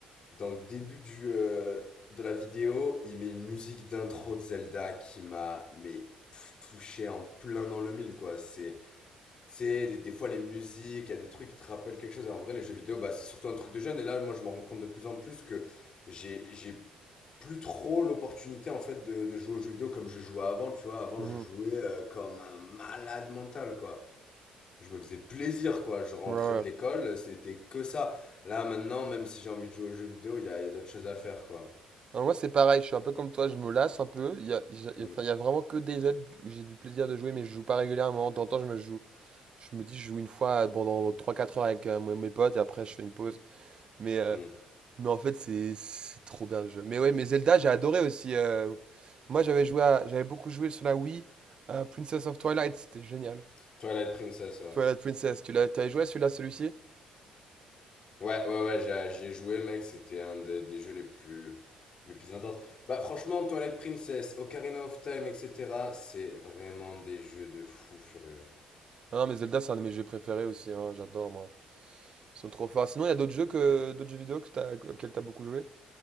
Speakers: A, on the left (about 50°); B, on the right (about 45°).
A: dans le début du, euh, de la vidéo, il met une musique d'intro de Zelda qui m'a, mais, pff, touché en plein dans le mille, quoi. C'est, c'est des, des fois les musiques, il y a des trucs qui te rappellent quelque chose. Et en vrai, les jeux vidéo, bah, c'est surtout un truc de jeune. Et là, moi, je me rends compte de plus en plus que j'ai, j'ai plus trop l'opportunité en fait de, de jouer aux jeux vidéo comme je jouais avant, tu vois. Avant,
B: Mm.
A: je jouais euh, comme un malade mental, quoi. Je me faisais plaisir, quoi. Je rentrais
B: Ouais, ouais.
A: de l'école, c'était que ça. Là, maintenant, même si j'ai envie de jouer aux jeux vidéo, il y a, il y a d'autres choses à faire, quoi.
B: Non, moi, c'est pareil. Je suis un peu comme toi. Je me lasse un peu. Il y a, il y a-
A: Mm,
B: enfin, il y a vraiment que des aides où j'ai du plaisir de jouer, mais je joue pas régulièrement. De temps en temps, je me joue. Je me dis, je joue une fois pendant trois quatre heures avec euh, mes mes potes et après, je fais une pause. Mais, euh,
A: mm.
B: mais en fait, c'est c'est trop bien le jeu. Mais ouais, mais Zelda, j'ai adoré aussi. euh. Moi, j'avais joué à- j'avais beaucoup joué sur la Wii. à Princess of Twilight, c'était génial.
A: Twilight Princess, ouais.
B: Twilight Princess, tu l'as, t'avais joué à celui-là, celui-ci?
A: Ouais, ouais, ouais, j'ai- j'y ai joué, mec. C'était un des, des jeux les plus, les plus intenses. Bah, franchement, Twilight Princess, Ocarina of Time, etc., c'est vraiment des jeux de fou furieux.
B: Ah, non, mais Zelda, c'est un de mes jeux préférés aussi, hein, j'adore moi. Ils sont trop forts. Sinon, il y a d'autres jeux que d'autres jeux vidéo que t'as, que- auxquels t'as beaucoup joué?